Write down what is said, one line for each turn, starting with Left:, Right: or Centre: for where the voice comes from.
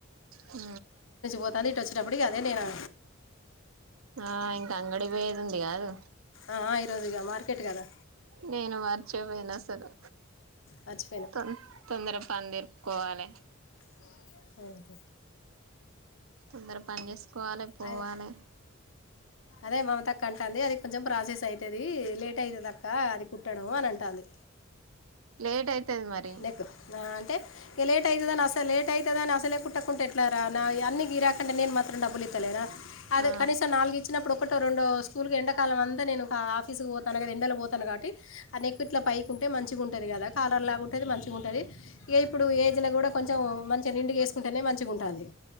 Right: ఉ
Left: పోతాట్ వచ్చిట్ అప్పుడు కాదే నేనా
Right: ఆ ఇంకా అంగడి పోయేది ఉంది కాదు
Left: ఆ ఈరోజు ఇగా మార్కెట్ కదా
Right: నేను మార్చేపోయినా అసలు
Left: మార్చి
Right: తోం తొందరగా పని తెరుపుకోవాలి
Left: కోవాలే
Right: తొందర పని చేసుకోవాలి పోవాలి
Left: అదే అదే మమతక్క అంటాంది అది కొంచెం ప్రాసెస్ అయితది లేట్ అయితదక్క అది కుట్టడం అని అంటాంది
Right: లేట్ అయితది మరి
Left: నెక్కు అంటే ఇగ లేట్ అయితది అని అస్సలు లేట్ లేట్ అయితదని అసలే కుట్టకుంటె ఎట్లరా నాయన్నీ గిరాకి అంటే నేను మాత్ర డబ్బులు ఇతలేనా అదే
Right: ఆ
Left: కనీసం నాలుగు ఇచ్చినప్పుడు ఒకటో రెండో స్కూల్కి ఎండకాలం అంతా నేను ఒక ఆఫీస్కు పోతాను కదా ఎండలో పోతాను కాబట్టి అ నేక్కు ఇట్ల పైకి ఉంటే మంచిగా ఉంటుది కదా కాలర్ లాగ ఉంటే ఉంటది మంచిగా ఉంటది ఇక ఇప్పుడు ఏజ్లో కూడా కొంచెం మంచిగా నిండుగా వేసుకుంటేనే మంచిగా ఉంటది